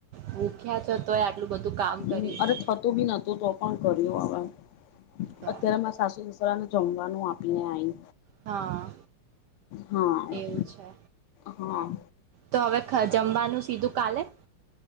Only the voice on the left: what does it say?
હ અરે થતો બી નતો તો પણ કર્યું હવે
અત્યારે મા સાસુ સસરાને જમવાનું આપીને આઈ.
હા
હા